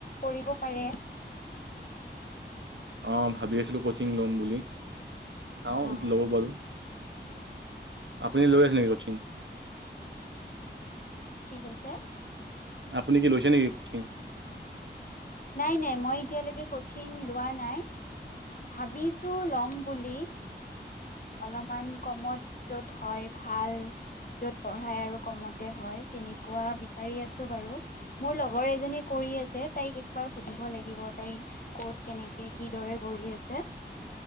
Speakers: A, on the left (about 50°); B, on the right (about 85°).
A: কৰিব পাৰে
B: অ ভাবি আছিলো কচিং লম বুলি চাওঁ
A: অ
B: ল'ব পাৰো আপুনি লৈ আছে নেকি কচিং
A: কি কৈছে
B: আপুনি কি লৈছে নেকি কোচিং
A: নাই নাই মই এতিয়া লৈকে কোচিং লোৱা নাই ভাবিছো লম বুলি অলপমান অলপমান কমত য'ত হয় ভাল যত পঢ়াই আৰু কমতে হয় তেনেকুৱা বিচাৰি আছো বাৰু মোৰ লগৰ এজনী কৰি আছে তাইক একবাৰ সুধিব লাগিব তাই ক'ত কেনেকে কিদৰে কৰি আছে চে